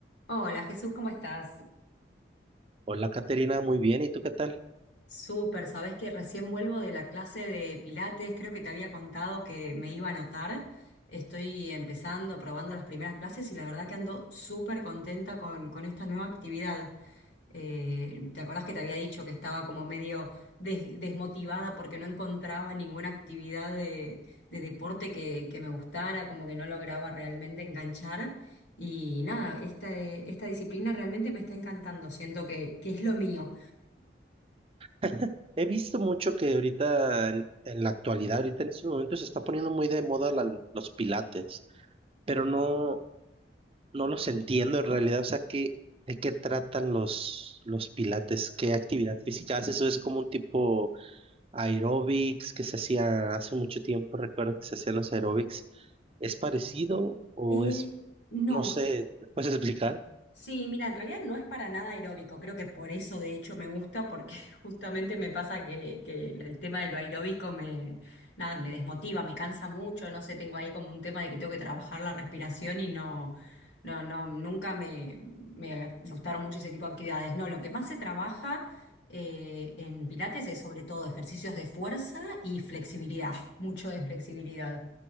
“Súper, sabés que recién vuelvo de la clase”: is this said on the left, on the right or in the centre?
Left